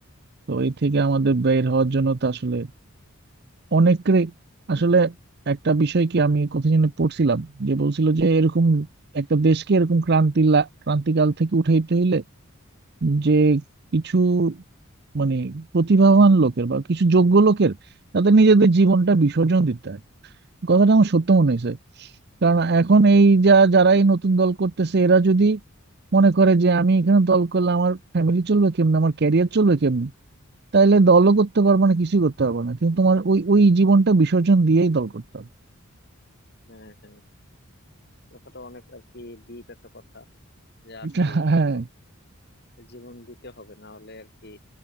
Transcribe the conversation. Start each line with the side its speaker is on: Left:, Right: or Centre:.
Right: তো এই থেকে আমাদের বের হওয়ার জন্য তো আসলে অনেকের আসলে একটা বিষয় কি আমি কোথায় যেন পড়ছিলাম যে বলছিল যে এরকম একটা দেশকে এরকম ক্রান্তি লা- ক্রান্তিকাল থেকে উঠাইতে হইলে যে কিছু মানে প্রতিভাবান লোকের বা কিছু যোগ্য লোকের তাদের নিজেদের জীবনটা বিসর্জন দিতে হয় কথাটা আমার সত্য মনে হয়েছে কারণ এখন এই যা যারা এই নতুন দল করতেছে এরা যদি মনে করে যে আমি এখানে দল করলে আমার ফ্যামিলি চলবে কেমনে আমার ক্যারিয়ার চলবে কেমনে তাহলে দলও করতে পারবে না কিছুই করতে পারবে না কিন্তু তোমার ওই ওই জীবনটা বিসর্জন দিয়েই দল করতে হবে
Left: হ্যাঁ হ্যাঁ কথাটা অনেক আর কি ডিপ একটা কথা যে আসলে
Right: এটা
Left: জীবন
Right: হ্যাঁ
Left: জীবন দিতে হবে না হলে আর কি